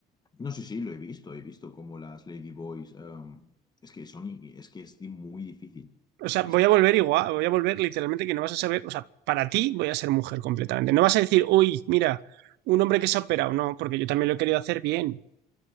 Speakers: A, on the left (about 25°); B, on the right (about 90°).
A: No sé sí lo he visto, he visto como las Ladyboys, em, es que son, es que es di- muy difícil.
B: O sea,
A: Es,
B: voy
A: muy-
B: a volver igual, voy a volver literalmente que no vas a saber, o sea, para ti voy a ser mujer completamente. No vas a decir, uy, mira, un hombre que se ha operado, no, porque yo también lo he querido hacer bien,